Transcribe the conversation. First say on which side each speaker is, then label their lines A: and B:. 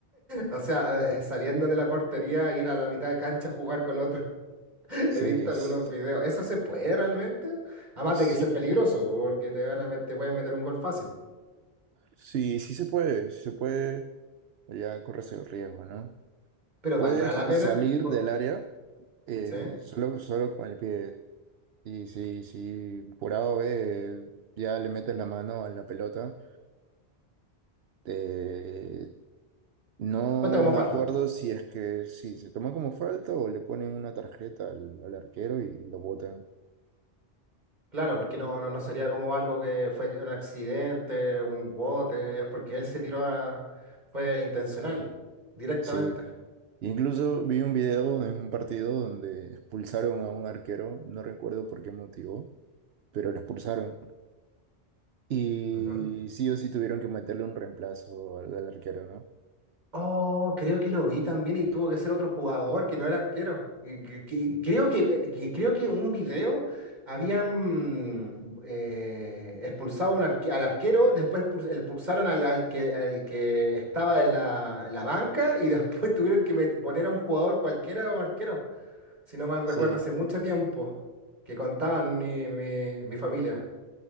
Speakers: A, on the right (about 40°); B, on the right (about 70°).
A: O sea, eh, saliendo de la portería, ir a la mitad de cancha a jugar con los otros. <laughs> He
B: Sí,
A: visto algunos
B: sí,
A: videos. ¿Eso se puede realmente? Además
B: sí,
A: de que ser peligroso, porque te van a met- te pueden meter un gol fácil.
B: sí, sí se puede, sí se puede, ya corres el riesgo, ¿no?
A: Pero
B: Puedes
A: ¿valdrá la pena?
B: salir
A: O-
B: del área eh,
A: ¿Sí?
B: solo, solo con el pie. Y si, si por A o B ya le metes la mano a la pelota, te- no
A: Cuenta como
B: me
A: falta.
B: acuerdo si es que sí, se toma como falta o le ponen una tarjeta al, al arquero y lo botan.
A: Claro, porque no, no, no sería como algo que fue un accidente, un bote, es porque él se tiró a... fue intencional, directamente.
B: Sí. Incluso vi un video en un partido donde expulsaron a un arquero, no recuerdo por qué motivo, pero lo expulsaron. Y
A: Ujú.
B: sí o sí tuvieron que meterle un reemplazo al, al arquero, ¿no?
A: Oh, creo que lo vi también y tuvo que ser otro jugador que no era arquero. Y que- que- Creo que, eh, que creo que un video habían eh, expulsado un arque- al arquero, después expul- expulsaron al, al que, al que estaba en la, en la banca y después <laughs> tuvieron que met- poner a un jugador cualquiera como arquero. Si no mal
B: Sí,
A: recuerdo, hace mucho tiempo que contaban mi, mi, mi familia.